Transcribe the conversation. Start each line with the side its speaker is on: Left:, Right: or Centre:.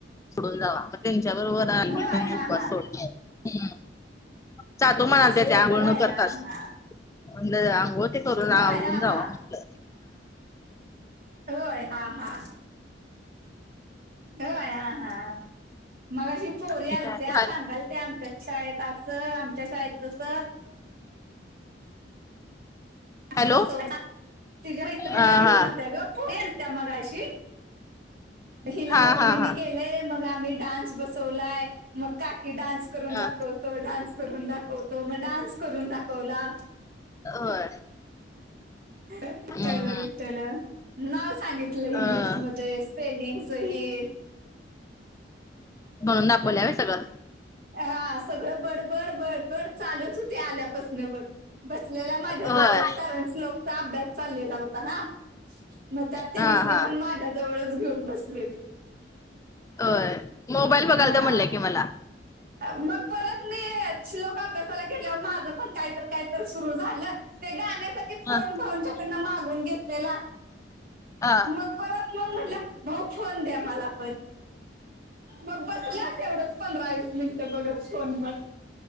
Left: सोडून जावा मग त्यांच्या बरोबर आम्हीपण
Right: होय हा
Left: उपवास
Right: हा
Left: सोडला हम्म जातो म्हणालत्या
Right: असं
Left: त्या
Right: केलं
Left: आंघोळ
Right: होय
Left: न करताच
Right: हा हा
Left: म्हणलं आंघोळ ते करुन
Right: होय हा
Left: जावा
Right: हा
Left: म्हंटल
Right: होय हां हां होय हां हा मगाशी पोरी
Left: आणि
Right: आलत्या
Left: काय झालं?
Right: सांगाल ते आमच्या शाळेत अस आमच्या शाळेत तस
Left: हॅलो
Right: बसव तिझ्या मैत्रीला
Left: हा
Right: घेऊन
Left: हा
Right: त्या ग त्या मगाशी हिला
Left: हा
Right: रुक्मिणी
Left: हा हा
Right: केलय मग मी डान्स बसवलाय मग काकी डान्स करून
Left: हा
Right: दाखव तो डान्स करून दाखवतो मग डान्स करून दाखवला
Left: होय
Right: विठ्ठल
Left: हम्म हम्म
Right: विठ्ठल नाव सांगितलं इंग्लिशमध्ये
Left: अ
Right: स्पेलिंग सहित
Left: म्हणून दाखवल्या होय सगळं
Right: हा सगळं बडबड बडबड चालूच होते आल्यापासून बघ बसलेल्या माझ्या
Left: होय
Right: जवळच कारण श्लोकचा अभ्यास चाललेला होता ना मग त्या तिघिसनी
Left: हा हा
Right: पण माझ्या जवळच घेऊन बसलेली
Left: होय मोबाईल बघालतो
Right: हा
Left: म्हणल्या कि मला
Right: मग परत मी श्लोक अभ्यासाला गेल्यावर माझं पण काहीतर काहीतर सुरू झालं ते गाण्यासाठी फोन
Left: ह
Right: भाऊंच्याकडून मागून घेतलेला
Left: हा
Right: <unintelligible> मला पण मग बसलो तेवढंच पंधरा वीस मिनिटं बघत फोन मग